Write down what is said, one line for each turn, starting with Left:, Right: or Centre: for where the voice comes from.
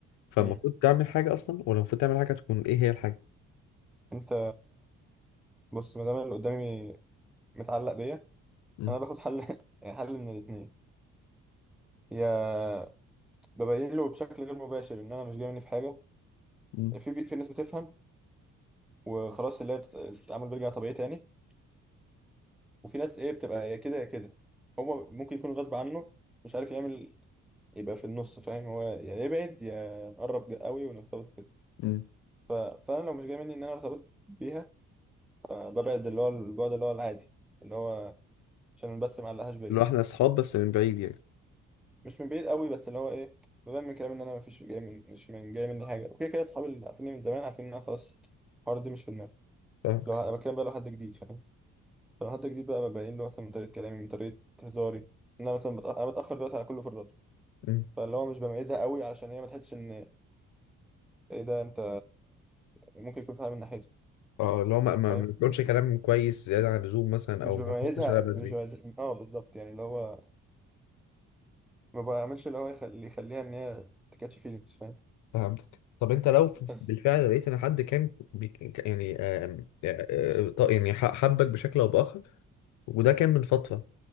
Left: فالمفروض
Centre: مم.
Left: تعمل حاجه اصلا ولا المفروض تعمل حاجه تكون ايه هي الحاجه
Centre: انت بص ما دام اللي قدامي متعلق بيا
Left: مم.
Centre: انا باخد حل <laughs> حل من الاثنين يا ببين له بشكل غير مباشر ان انا مش جاي مني في حاجه
Left: مم.
Centre: في في ناس بتفهم وخلاص اللي هي بت- التعامل بيرجع طبيعي تاني وفي ناس ايه بتبقى يا كده يا كده هو ممكن يكون غصب عنه مش عارف يعمل يبقى في النص فاهم هو يا يبعد يا نقرب قوي ونرتبط كده
Left: مم.
Centre: ف... فانا لو مش جاي مني ان انا ارتبط بيها فببعد اللي هو البعد اللي هو العادي اللي هو عشان بس ما علقهاش بيا
Left: لو احنا اصحاب بس من بعيد يعني
Centre: مش من بعيد قوي بس اللي هو ايه ببان من كلامي ان انا مفيش جاي من مش من جاي مني حاجه وكده كده اصحابي اللي عارفيني من زمان عارفين ان انا خلاص الحوار ده مش في دماغي
Left: فاهم
Centre: لو ه- بتكلم بقى لو حد جديد فاهم لو حد جديد بقى ببين له مثلا من طريقة كلامي من طريقة هزاري إن أنا مثلا بتأ... أنا بتأخر دلوقتي على كل فرداته
Left: مم.
Centre: فاللي هو مش بميزها قوي علشان هي ما تحسش إن إيه ده أنت ممكن يكون فاهم من ناحيته
Left: اه اللي هو ما ما
Centre: فاهم
Left: ما بنقولش كلام كويس زياده عن اللزوم مثلا
Centre: مش
Left: او
Centre: بميزها
Left: ما تردش عليا بدري
Centre: مش بميزها أه بالظبط يعني اللي هو ما بعملش اللي هو يخلي اللي يخليها إن هي تكاتش فيلينجز فاهم
Left: فهمتك طب انت لو ف-
Centre: بس
Left: بالفعل لقيت ان حد كان بيك يعني آم، آه، آه، ط- يعني ح- حبك بشكل او باخر وده كان من فتره